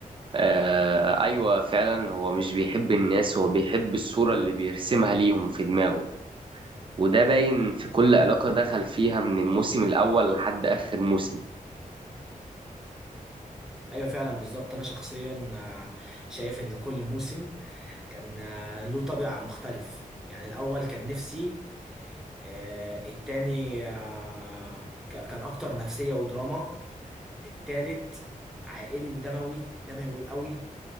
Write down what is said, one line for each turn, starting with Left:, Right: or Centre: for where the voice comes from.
Right: آه ايوه فعلا هو مش بيحب الناس هو بيحب الصورة اللي بيرسمها ليهم في دماغه وده باين في كل علاقة دخل فيها من الموسم الأول لحد آخر موسم
Centre: ايوه فعلا بالظبط انا شخصيا آه، شايف ان كل موسم كان آه، له طابع مختلف يعني الاول كان نفسي آه، التاني آه، ك- كان اكتر نفسية ودراما التالت عائلي ودموي دموي قوي